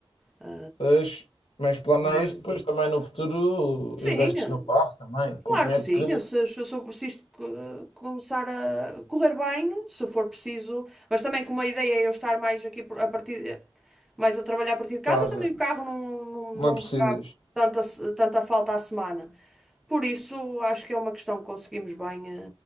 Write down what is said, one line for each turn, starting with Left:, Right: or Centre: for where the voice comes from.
Centre: Ah,
Left: Mas, mas planeias
Centre: mas,
Left: depois também no futuro
Centre: sim,
Left: investes
Centre: ah,
Left: no carro também,
Centre: claro
Left: com o dinheiro
Centre: que sim.
Left: que
Centre: Eu Se, se, se, se isto co- começar a correr bem, se for preciso. Mas também como a ideia é eu estar mais aqui por- a partir, mais a trabalhar a partir de casa,
Left: casa.
Centre: também o carro não, não,
Left: Não
Centre: não
Left: precisas.
Centre: tanta, se- tanta falta à semana. Por isso, acho que é uma questão que conseguimos bem, eh,